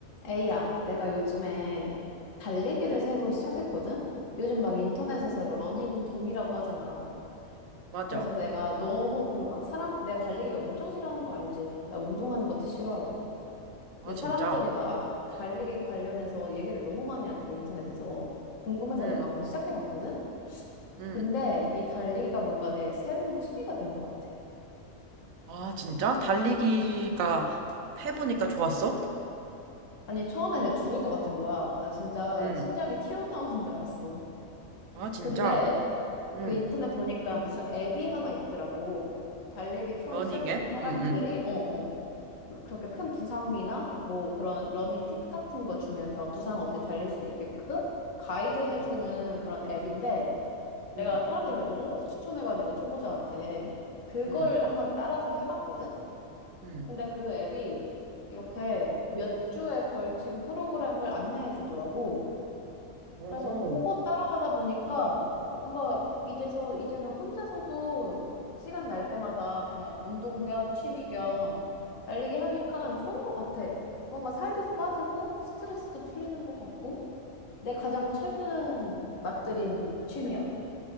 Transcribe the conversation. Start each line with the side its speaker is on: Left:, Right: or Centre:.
Left: 에이야, 내가 요즘에 달리기를
Right: 응,
Left: 새로 시작했거든? 요즘 막 인터넷에서 러닝 붐이라고 하잖아.
Right: 맞아.
Left: 그래서 내가 너무 그 막 사람, 내가 달리기 엄청 싫어하는 거 알지? 나 운동하는 것도 싫어하고.
Right: 아,
Left: 근데
Right: 진짜?
Left: 사람들이 막 달리기 관련해서 얘기를 너무 많이 하니까 인터넷에서. 궁금해서
Right: 응,
Left: 내가 한번 시작해봤거든?
Right: 응.
Left: 근데 이 달리기가 뭔가 내 새로운 취미가 된 것 같아.
Right: 아, 진짜? 달리기가
Left: 음.
Right: 해보니까 좋았어?
Left: 아니, 처음에 내가 죽을 것 같은 거야. 나 진짜
Right: 응.
Left: 심장이 튀어나오는 줄 알았어.
Right: 아, 진짜?
Left: 근데
Right: 응.
Left: 그 인터넷 보니까 무슨 앱이 하나 있더라고. 달리기 처음
Right: 러닝
Left: 시작하는
Right: 앱?
Left: 사람들이,
Right: 응, 응.
Left: 어, 어, 뭐 그렇게 큰 부상이나 뭐 그런 러닝 팁 같은 거 주면서 부상 없이 달릴 수 있게끔 가이드 해주는
Right: 응,
Left: 그런 앱인데 내가
Right: 응,
Left: 사람들이 그걸 너무 추천해가지고 초보자한테 그걸
Right: 응.
Left: 한번 따라서 해봤거든?
Right: 응.
Left: 근데 그 앱이 이렇게 몇 주에 걸친 프로그램을 안내해 주더라고.
Right: 오.
Left: 그래서 그거 따라 하다 보니까 뭔가 이제서 이제는 혼자서도 시간 날 때마다 그냥 운동 겸 취미 겸 달리기 하니까 좋은 것 같아. 뭔가 살도 빠지고 스트레스도 풀리는 것 같고 내 가장 최근 맛들인 취미야.